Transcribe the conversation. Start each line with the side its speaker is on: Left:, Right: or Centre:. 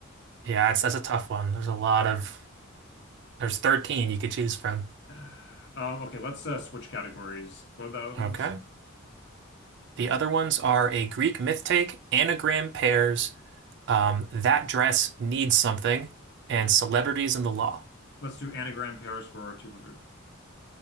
Right: Yeah, it's, that's a tough one. There's a lot of, there's 13 you could choose from.
Left: <sighs> Uh, Um, okay, let's uh, switch categories. What are the other ones?
Right: Okay. The other ones are a Greek myth take, anagram pairs, um, that dress needs something, and celebrities in the law.
Left: Let's do anagram pairs for 200.